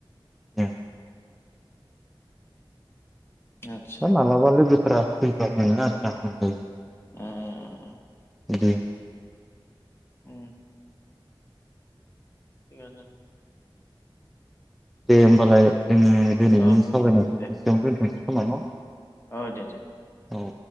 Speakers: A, in the centre; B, on the left.
A: औ
B: आतसा
A: मालाबा लोगोब फ्रा फैबा मोना आरो ना <unintelligible>
B: उम उम उम उम
A: दै
B: उम थिगानो
A: दे होमबालाय जोङो दिनैनि
B: औ
A: सावरायनायखौ
B: दे
A: बिसियावनो दोनथसै
B: दे
A: खोमा न
B: औ दे दे
A: औ